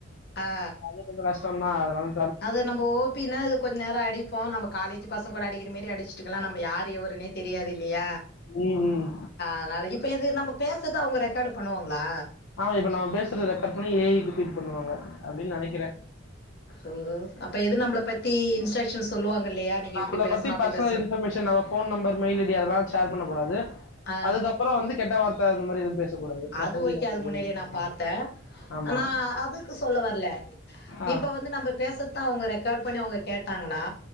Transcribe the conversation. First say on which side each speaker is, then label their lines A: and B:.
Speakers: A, on the left; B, on the left.
A: ஆ
B: அது கொஞ்சோ கஷ்டோ சொன்னா அதுனால
A: அது நம்ப ஓப்பின்னா அது கொஞ்ச நேரோ அடிப்போ நம்ம காலேஜ் பசங்க கூட அடிக்கிறமாரி அடிச்சிட்டுக்கலா நம்ம யாரு எவருனே தெரியாது இல்லையா
B: உம் உம்
A: அதனால இப்ப இது நம்ம பேசுறது அவங்க ரெக்கார்டு பண்ணுவாங்களா
B: ஆமா இப்ப ந பேசுறது கட் பண்ணி ஏஐ க்கு பீட் பண்ணுவாங்க அப்டின்னு நெனக்குறே
A: ம் அப்ப எது நம்மள பத்தி இன்ஸ்ட்ரக்ஷன் சொல்லுவாங்க இல்லையா நீங்க
B: நம்மள
A: இப்டி பேசணு
B: பத்தி
A: அப்டி
B: பர்சனல்
A: பேசணு
B: இன்பர்மேஷன் நம்ம ஃபோன் நம்பர் மெயில் ஐடி அதெல்லா கால் பண்ணக்கூடாது
A: ஆ
B: அதுக்கப்றௌ வந்து கெட்ட வார்த்த அந்த மாரி எதுவு பேசக்கூடாது மத்தபடி
A: அது ஓகே
B: நம்ம
A: அது
B: எது
A: முன்னாடியே
B: வேணா பேசிக்கலா
A: நா பாத்தே
B: ஆமா
A: நா அதுக்கு சொல்ல வரல
B: ஆ
A: இப்ப வந்து நம்ம பேசறதுதா அவுங்க ரெக்காட் பண்ணி அவுங்க கேட்டாங்கனா